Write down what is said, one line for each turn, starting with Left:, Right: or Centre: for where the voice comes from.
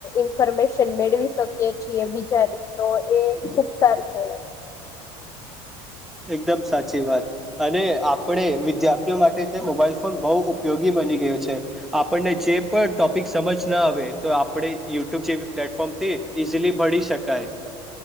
Left: ઇન્ફોર્મેશન મેળવી શકીએ છીએ બીજા તો એ ખુબ સારું કેવાય.
Centre: એકદમ સાચી વાત, અને આપણે વિદ્યાર્થીઓ માટે તે મોબાઈલ ફોન બહુ ઉપયોગી બની ગયો છે, આપણને જે પણ ટોપિક સમજ ના આવે તો આપણે યુટ્યુબ જેવી પ્લેટફોર્મ તે ઈઝીલી ભળી શકાય.